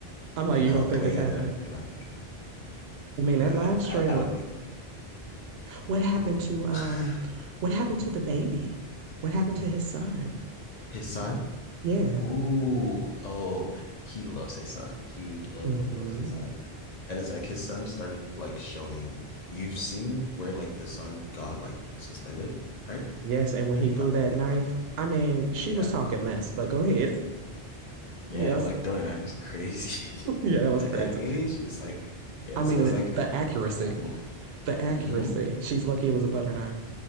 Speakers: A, on the right; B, on the left.
A: I'm like,
B: No,
A: you don't think
B: the way
A: it's
B: it
A: happening.
B: ended, I do not think.
A: I mean,
B: Nah,
A: that live
B: it's,
A: stream,
B: I, I don't
A: it,
B: think
A: what happened to um
B: <sighs>
A: what happened to the baby? What happened to his son?
B: his son.
A: Yeah.
B: Ooh, oh, he loves his son. He love
A: Mm-hmm.
B: love loves his son. And it's like his son started like showing. You've seen where like the son got like suspended, right?
A: Yes, and when
B: Have
A: he
B: you
A: threw
B: got
A: that
B: that
A: knife,
B: part?
A: I mean,
B: Yeah.
A: she was talking mess, but go ahead.
B: Yeah,
A: Yes.
B: but like throwing
A: <laughs>
B: a knife is crazy.
A: Yeah,
B: <laughs>
A: that was
B: At
A: crazy.
B: that age, it's like yeah,
A: I mean,
B: so it's
A: the,
B: like
A: the accuracy,
B: ooh,
A: the accuracy.
B: hmm
A: She's lucky it was a butter knife.